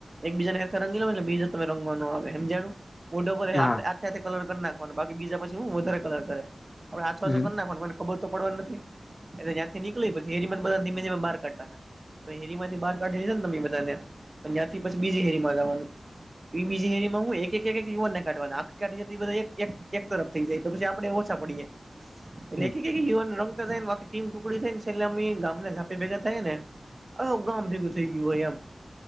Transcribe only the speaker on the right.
એકબીજાને હેરખર રંગીવાય એટલે બીજા તમે રંગવાનું આવે હમજાનું? મોઢા ઉપર
આખે આખા કલર કર નાખ વાના બાકી બીજા પછી હું વધારે કલર કરે, આપડે આછો-આછો
કર નાખવાનો <unintelligible> ખબર તો પડવાની નથી, એટલે જ્યાંથી નીકળી પછી <unintelligible> ધીમે-ધીમે બહાર કાઢતા તા. હવે હેરી માંથી બહાર કાઢી લીધા ને તમે ઈ બધાને, પછ ન્યાંથી પછી બીજી હેરી માં જાવાનું. ઈ બીજી હેરીમાં હું એક-એક યુવાન ને કાઢવા ના, <unintelligible> કાઢી, એ બધ્ એક-એક તરફ થઈ જાય, તો પછી આપડેય ઓછા પડી જાય, એટલે
એક-એક યુવાન ને રંગતા થાયને, આખી ટીમ ટુકડી થાયન એટલે અમે ઈ ગામના ઝાંપે ભેગા થઈએ ને, આ ગામ ભેગું થઈ ગયું હોય એમ.